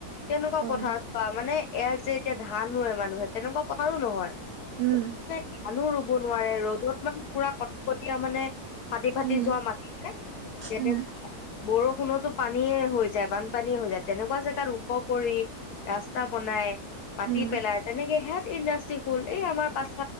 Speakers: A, on the left; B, on the right.
A: কেনেকুৱা
B: উম,
A: পথাৰ। বা মানে ইয়াত যে এতিয়া ধান ৰুৱে মানুহে তেনেকুৱা পথাৰও নহয়।
B: উম।
A: মানে ধানো ৰুব নোৱাৰে ৰ'দত মানে পোৰা কটকটীয়া মানে। ফাটি ফাটি
B: উম,
A: যোৱা মাটিনে তেনে
B: উম,
A: বৰষুণতো পানীয়ে হৈ যায় বানপানীয়ে হৈ যায় তেনেকুৱা জেগাত ওখ কৰি ৰাস্তা বনাই মাটি,
B: উম,
A: পেলাই তেনেকে সেয়াত ইণ্ডাষ্ট্ৰি খোল এই আমাৰ পাছ